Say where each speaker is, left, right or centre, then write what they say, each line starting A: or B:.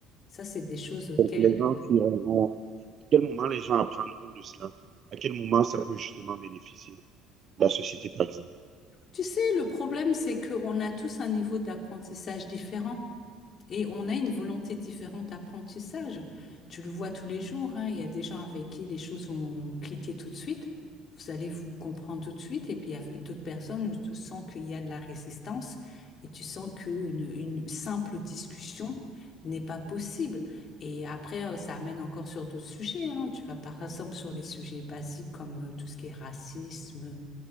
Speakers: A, on the left (about 30°); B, on the right (about 30°).
A: Ça, c'est des choses auxquelles...
B: Les gens qui euh, vont, à quel moment les gens apprendront de cela? À quel moment ça peut justement bénéficier la société, par exemple?
A: Tu sais, le problème, c'est qu'on a tous un niveau d'apprentissage différent. Et on a une volonté différente d'apprentissage. Tu le vois tous les jours, hein, il y a des gens avec qui les choses vont cliquer tout de suite. Vous allez vous comprendre tout de suite. Et puis il y a d'autres personnes où tu sens qu'il y a de la résistance et tu sens qu'une une simple discussion n'est pas possible. Et après, euh, ça amène encore sur d'autres sujets. hein. Tu vas par exemple sur les sujets basiques comme euh, tout ce qui est racisme,